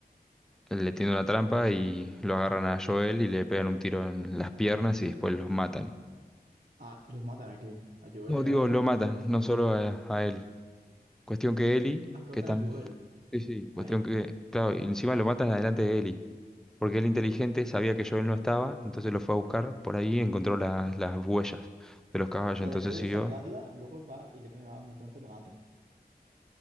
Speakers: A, in the centre; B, on the right.
A: le tiende una trampa y lo agarran a Joel y le pegan un tiro en las piernas y después los matan.
B: Ah, los matan a quién? A Joel
A: No,
B: y
A: digo,
B: a la...
A: lo matan, no solo a, a él. Cuestión que Eli,
B: Ah, que
A: que
B: matan
A: tan...
B: a Joel,
A: Sí, sí,
B: ahí.
A: cuestión que... Claro, y encima lo matan adelante de Eli. Porque él inteligente sabía que Joel no estaba, entonces lo fue a buscar. Por ahí encontró las, las huellas de los caballos,
B: O sea,
A: entonces
B: después
A: siguió.
B: de salvarla, luego va y le pega una trampa y la mata.